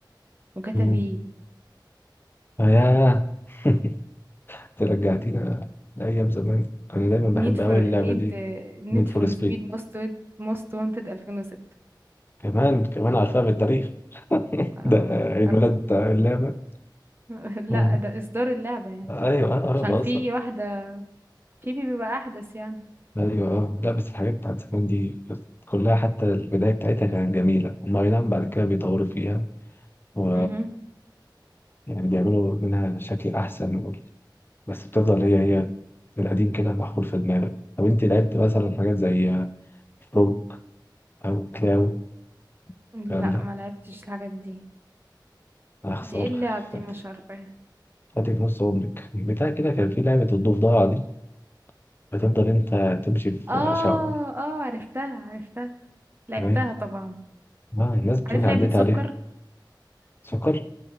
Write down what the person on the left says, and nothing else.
مم.
ياه <laughs> أنت رجعتينا لأيام زمان كان دايما
بحب
أوي اللعبة
دي
نيد فور
سبيد
كمان كمان عارفها بالتاريخ <laughs>
ده آه، عيد
ميلاد اللعبة
مم.
أيوه أنا
بعرف أصلا
ايوه اه لا بس الحاجات بتاعت زمان دي كانت كلها حتى البدايه بتاعتها كانت جميله هم اي نعم بعد كده بيطوروا فيها و
يعني بيعملوا منها شكل احسن و- بس بتفضل هي هي القديم كده محفور في دماغك طب انت لعبت مثلا حاجات زي روك او كلاو
الكلام ده
يا خساره
فات-
فاتك نص عمرك بتاع كده كان في لعبه الضفدعه دي بتفضل انت تمشي في
شقه
تمام
ما الناس بتقول
عديت
عليها سكر